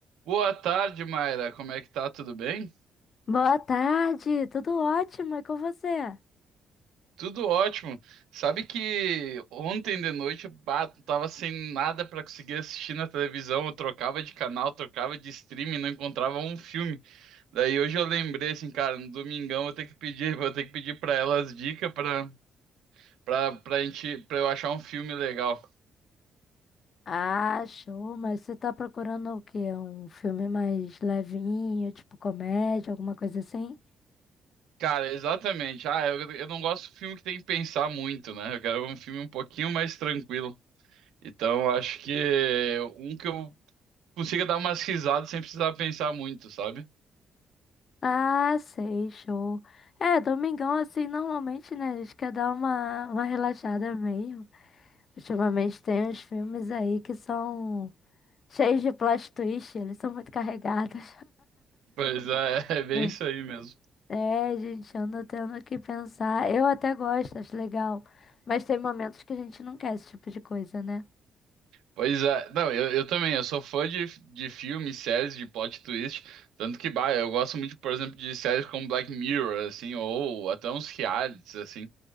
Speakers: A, on the right; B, on the left.
A: Boa tarde, Mayra. Como é que tá? Tudo bem?
B: Boa tarde, tudo ótimo, e com você?
A: Tudo ótimo. Sabe que ontem de noite, bah, tava sem nada pra conseguir assistir na televisão. Eu trocava de canal, trocava de streaming, não encontrava um filme. Daí hoje eu lembrei assim, cara, no domingão eu tenho que pedir, vou ter que pedir pra elas dicas pra para pra gente, para eu achar um filme legal.
B: Ah, show, mas você tá procurando o quê? Um filme mais levinho, tipo comédia, alguma coisa assim?
A: Cara, exatamente. Ah, eu, eu não gosto de filme que tem que pensar muito, né? Eu quero um filme um pouquinho mais tranquilo. Então, acho que um que eu consiga dar umas risadas sem precisar pensar muito, sabe?
B: Ah, sei, show. É, domingão assim, normalmente, né, a gente quer dar uma, uma relaxada mesmo. Ultimamente tem uns filmes aí que são cheios de plot twist, eles são muito carregados.
A: Pois é, <laughs> é bem
B: <laughs>
A: isso aí mesmo.
B: É, gente, ando tendo que pensar. Eu até gosto, acho legal. Mas tem momentos que a gente não quer esse tipo de coisa, né?
A: Pois é, não, eu, eu também, eu sou fã de, de filmes, séries, de plot twist, tanto que, bah, eu gosto muito, por exemplo, de séries como Black Mirror, assim, ou até uns realities, assim,